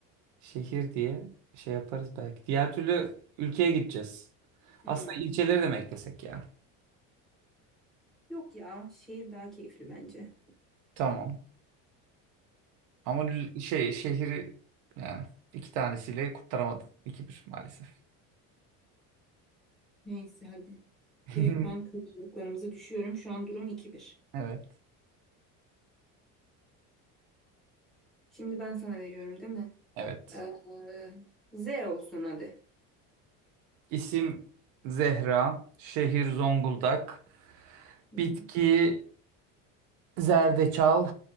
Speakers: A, on the right (about 70°); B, in the centre.
A: şehir diye şey yaparız belki. Diğer türlü ülkeye gideceğiz.
B: Hmm.
A: Aslında ilçeleri de mi eklesek ya?
B: Yok ya. Şehir daha keyifli bence.
A: Tamam. Ama lü- şey şehri yani iki tanesiyle kurtaramadım. iki bir maalesef.
B: Neyse hadi.
A: <laughs>
B: Direkt ben kazandıklarımızı düşüyorum. Şu an durum iki bir.
A: Evet.
B: Şimdi ben sana veriyorum değil mi?
A: Evet.
B: Ee, Z olsun hadi.
A: İsim Zehra. Şehir Zonguldak.
B: Hı hı.
A: Bitki zerdeçal.